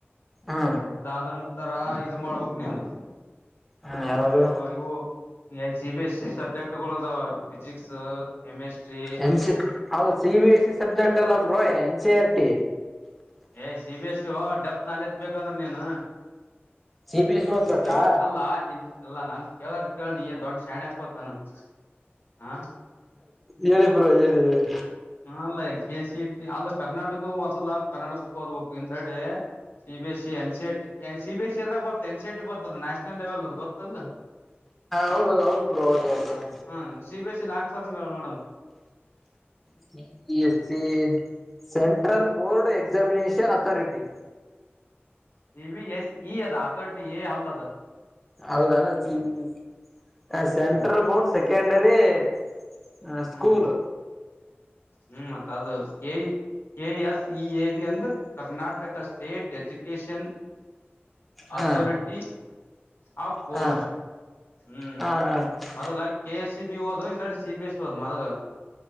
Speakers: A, in the centre; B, on the left (about 65°).
A: ಹಾ
B: ಅದಾದ ನಂತರ ಇದು ಮಾಡ್ಬೇಕ್ ನೀನು
A: ಹ್ಮ ಯಾವ್ದು
B: ಹಾ ಇವು C B S C subject ಗಳದಾವ ಫಿಸಿಕ್ಸ್ ಕೆಮಿಸ್ಟ್ರಿ
A: ಎನ್ ಸಿ ಹೌದು ಸಿ ಸಬ್ಜೆಕ್ಟ್ ಅಲ್ಲ ಬ್ರೋ ಎನ್ ಸಿ ಆರ್ಟಿ
B: ಹೇ C B S C depth knowledge ಬೇಕಂದ್ರೆ ನೀನು
A: ಸಿ ಬಿ ಎಸ್ ಸಿ ಓದ್ಬೇಕಾ
B: ಕೇಳ ಅಲ್ಲಾ ಎಲ್ಲಾ ನನ್ ಕೇಳರ್ ಕೇಳಿ ದೊಡ್ದ್ ಶಾಣೆ ಅಕೋತಾನ <inaudible> ಹಾ
A: ಹೇಳಿ ಬ್ರೋ ಹೇಳಿ ಹೇಳಿ
B: ಅಲ್ಲ ಕೆ ಸಿ ಟಿ ಅಲ್ಲ ಕರ್ನಾಟಕ ಓದಲ್ಲ ಕನ್ನಡ ಬುಕ್ ಓದ್ಬೇಕು ಹಿಂದೆಡೆ C B S C N C C B S C ಬರ್ತ ಎನ್ ಸಿ ಟಿ ಬರ್ತದ ನ್ಯಾಷನಲ್ ಲೆವೆಲ್ ಅದು ಗೊತ್ತಲ್ಲ ಹಾ
A: ಹೌದೌದು
B: <inaudible>
A: ಹೌದು ಬ್ರೋ ಹೌದೌದು
B: ಹ್ಮ್ C B S C <unintelligible>
A: C B S C central
B: ಹ್ಮ
A: board examination authority
B: C B S C ಈ ಅದ ಅಥೋರಿಟಿ ಎ ಅಲ್ ಅದು
A: ಹೌದೇನ <inaudible> ಸೆಂಟ್ರಲ್
B: ಹ್ಮ್
A: ಬೋರ್ಡ್ ಸೆಕೆಂಡರಿ <inaudible> ಸ್ಕೂಲ್
B: ಹ್ಮ್ ಹ್ಮ್ ಮತ್ತ ಅದು K S E A B ಅಂದ್ರೆ ಕರ್ನಾಟಕ ಸ್ಟೇಟ್ ಎಜುಕಷನ್
A: ಹಾ
B: ಅಥೋರಿಟಿ ಆಫ ಬೋರ್ಡ್
A: ಹಾ
B: <inaudible> ಹ್ಮ್
A: ಹಾ ಹ
B: ಮೊದಲಾಗಿ ಕೆ ಎಸ್ ಸಿ ಬಿ ಓದು ಇಂದಡಿ ಸಿ ಬಿ ಎಸ್ ಓದು ಮೊದಲು